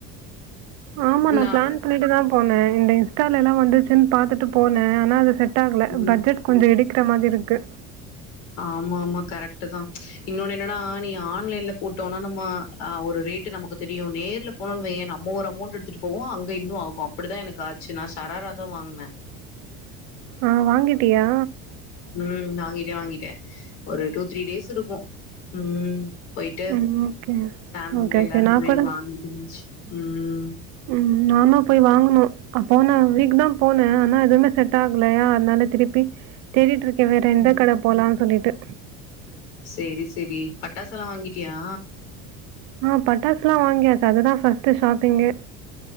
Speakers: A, on the right (about 65°); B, on the left (about 85°).
A: ஆமா நா
B: நானு
A: பிளான் பண்ணிட்டு தா போன இந்த இன்ஸ்டாலலா வந்துச்சுன் பாத்துட்டு போன அனா அது செட் டாகல
B: ம்
A: பட்ஜெட் கொஞ்ச இடிக்கற மாதிரி இருக்கு
B: ஆமா ஆமா கரெக்ட்டு தா இன்னொன்னு என்னன்னா நீ ஆன்லைன்ல போட்டோனா நம்ம ஆ ஒரு ரேட்டு நமக்கு தெரியு நேர்ல போனம் வைய்யே நம்ம ஒரு அமௌண்ட் எடுத்துட்டு போவோ அங்க இன்னு ஆகு அப்படிதா எனக்கு ஆச்சு நா சராராதா வாங்ன
A: ஆ வாங்கிட்டியா
B: ம் வாங்கிட்ட வாங்கிட்ட ஒரு டூ த்ரீ டேஸ் இருக்கு ம் போயிட்டு
A: ம் ஓகே
B: ஃபேமிலில
A: ஓகே
B: எல்லாருக்குமே
A: ஓகே நா கூட
B: <unintelligible> ம்
A: ம் நானு போய் வாங்கணு அ போனா வீக்குதா போன அனா எதுவுமே செட் ஆகலயா அதனால திருப்பி தேடிட்ருக்கே வேற எந்த
B: ம்.
A: கட போலான் சொல்லீட்டு
B: சேரி செரி பட்டாசு எல்லா வாங்கிட்டியா
A: ஆ பட்டாஸ்லா வாங்கியாச்சு அதுதா ஃபர்ஸ்ட் ஷாப்பிங்கே